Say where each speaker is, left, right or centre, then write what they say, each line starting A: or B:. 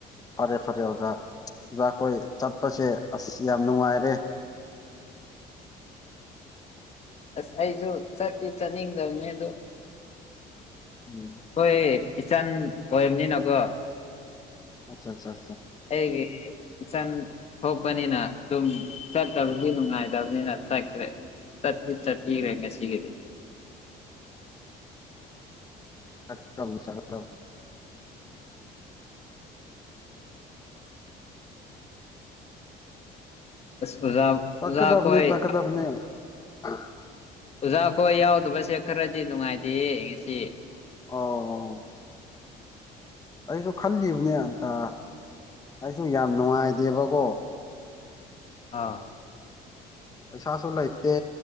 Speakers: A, on the left; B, on the left.
A: ꯐꯔꯦ ꯐꯔꯦ ꯑꯣꯖꯥ ꯑꯣꯖꯥ ꯑꯩꯈꯣꯏ ꯆꯠꯄꯁꯦ ꯑꯁ ꯌꯥꯝ ꯅꯨꯡꯉꯥꯏꯔꯦ
B: ꯑꯁ ꯑꯩꯁꯨ ꯆꯠꯇꯤ ꯆꯠꯅꯤꯡꯗꯕꯅꯤ ꯑꯗꯨ
A: ꯎꯝ
B: ꯍꯣꯏ ꯏꯆꯟ ꯑꯣ꯭ꯏꯝꯅꯤꯅꯀꯣ
A: ꯑꯆꯥ ꯆꯥ
B: ꯑꯩꯒꯤ ꯏꯆꯟ ꯊꯣꯛꯄꯅꯤꯅ ꯑꯗꯨꯝ ꯆꯠꯇꯕꯗꯤ ꯅꯨꯡꯉꯥꯏꯇꯕꯅꯤꯅ ꯆꯠꯈ꯭ꯔꯦ ꯆꯠꯇꯤ ꯆꯠꯄꯤꯔꯦ ꯉꯁꯤꯒꯤꯗꯤ
A: ꯆꯀꯗꯧꯅꯤ ꯆꯀꯗꯧꯅꯤ
B: ꯑꯁ ꯎꯖꯥ
A: ꯆꯠꯀꯗꯕꯅꯦ
B: ꯎꯖꯥ ꯀꯣꯏ
A: ꯆꯠꯀꯗꯕꯅꯦ <unintelligible>
B: ꯑꯣꯖꯥꯈꯣꯏ ꯌꯥꯎꯗꯕꯁꯦ ꯈꯔꯗꯤ ꯅꯨꯡꯉꯥꯏꯇꯦꯌꯦ ꯉꯁꯤ
A: ꯑꯣ ꯑꯩꯖꯨ ꯈꯜꯂꯤꯕꯅꯦ ꯑꯇ ꯑꯩꯁꯨ ꯌꯥꯝ ꯅꯨꯡꯉꯥꯏꯗꯦꯕꯀꯣ
B: ꯑꯥ
A: ꯄꯩꯁꯥꯁꯨ ꯂꯩꯇꯦ